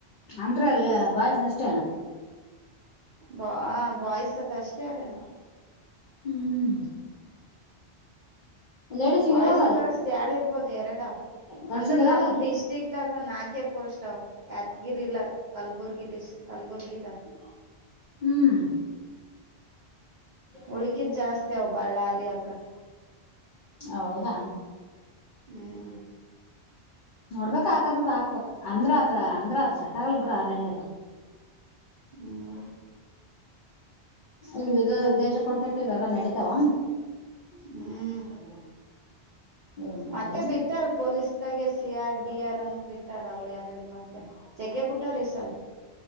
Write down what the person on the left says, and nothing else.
ಅಂತ್ರ ಅಲ್ಲಿ ಬಾಯ್ಸ್ ಅಷ್ಟೇನ.
ಹ್ಮ್ ಲೇಡೀಸ್ಗ
ಇರಲ್ಲ
ಅಲ್ಲಿ
ಗರ್ಲ್ಸಿಗ್
ಇರಲ್ಲ
ಅಲ್ಲಿ
ಹ್ಮ್
ಹೌದಾ
ನೋಡ್ಬೇಕ ಆಕದಿದ್ರೆ ಹಾಕ್ಬಬೇಕ, ಅಂದ್ರ ಅದ ಅಂದ್ರ ಅದ ಸೆಟ್ ಅಗಲ್ ಬಿಡ್ ಅರಣ್ಯದ.
ಇ ವಿಲೇಜ್ ಅಕೌಂಟೆಟ್ ಇವೆಲ್ಲಾ ನಡಿತಾವ?
ಏನ್ ಮಾಡ್ತಾವ